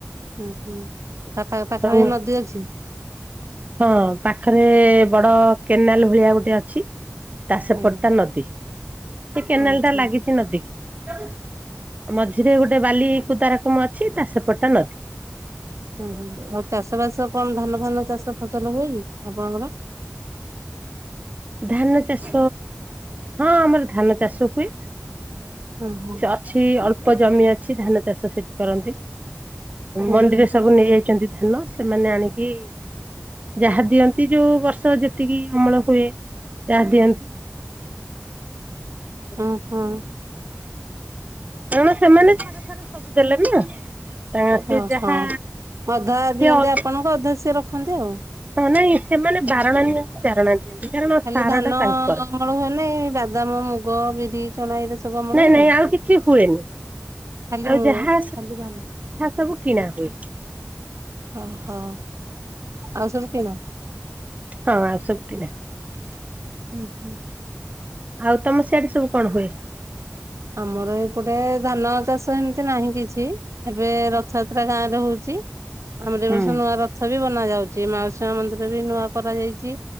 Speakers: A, on the right; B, on the right.
A: ହୁଁ ହୁଁ ପା ପାଖାପାଖି
B: ସବୁ
A: ନଦୀ ଅଛି।
B: ହଁ ପାଖରେ ବଡ କେନାଲ ଭଳିଆ ଗୋଟେ ଅଛି। ତା ସେପଟଟା
A: ଆଜ୍ଞା
B: ନଦୀ। ସେଇ କେନାଲ
A: ହଁ
B: ଟା
A: ହଁ।
B: ଲାଗିଛି ନଦୀ କିି। ମଝିରେ ଗୋଟେ ବାଲି କ ତାରକମ ଅଛି ତା ସେପଟା ନଦୀ।
A: ହୁଁ ହୁଁ ଆଉ ଚାଷ ବାସ କଣ ଧାନ ଫାନ ଚାଷ ଫସଲ ହୁଏ ଆପଣଙ୍କର?
B: ଧାନ ଚାଷ ହଁ ଆମର ଧାନ ଚାଷ ହୁଏ
A: ହୁଁ ହୁଁ
B: ଅଛି ଅଳ୍ପ ଏ ଜମି ଅଛି ଧାନ ଚାଷ ସେଠି କରନ୍ତି
A: ହୁଁ
B: ମଣ୍ଡିରେ
A: ହୁଁ
B: ସବୁ ନେଇଯାଇଛନ୍ତି। ଧାନ ସେମାନେ ଆଣିକି ଯାହା ଦିଅନ୍ତି ଯୋଉ ବର୍ଷ ଯେତିକି ଅମଳ ହୁଏ ଯାହା ଦିଅନ୍ତି।
A: ହୁଁ ହୁଁ।
B: କଣ ସେମାନେ ସାର ଫାର ସବୁ ଦେଲେଣିି ନା। ସେ
A: ଓହୋ
B: ଯାହା
A: ଅଧା
B: ସିଏ
A: ଦିଅନ୍ତି
B: ହଁ
A: ଆପଣଙ୍କୁ ଅଧା ସିଏ ରଖନ୍ତି ଆଉ।
B: ନାଇଁ ସେମାନେ ବାରଣା ନିଅନ୍ତି ଚାରଣା ଦିଅନ୍ତି। କାରଣ
A: ଖାଲି
B: ସାର
A: ଧାନ
B: ଟା ତାଙ୍କର।
A: ଅମଳ ହୁଏ ନା ଏ ବାଦାମ ମୁଗ ବିରି ଚଣା ଏଇରା ସବୁ ଅମଳ
B: ନାଇଁ
A: ହୁଏ?
B: ନାଇଁ ଆଉ କିଛି ହୁଏନି।
A: ଖାଲି
B: ଆଉ
A: ମୁଁ
B: ଯାହା
A: ଖାଲି ଧାନ
B: ସବୁ କିଣା ହୁଏ।
A: ଓହୋ ଆଉ ସବୁ କିଣା।
B: ହଁ
A: ହ
B: ଆଉ ସବୁ କିଣା
A: ହୁଁ ହୁଁ।
B: ଆଉ ତମ ସିଆଡେ ସବୁ କଣ ହୁଏ?
A: ଆମର ଏପଟେ ଧାନ ଚାଷ ଏମିତି ନାହିଁ କିଛି ଏବେ ରଥଯାତ୍ରା ଗାଁ ରେ ହଉଛି। ଆମର
B: ହୁଁ
A: ଏ ବର୍ଷ ନୂଆ ରଥ ବି ବ <unintelligible> ଶୁଣା ଯାଉଛି ମାଉସୀ ମା ମନ୍ଦିର ବି ନୂଆ କରାଯାଇଛି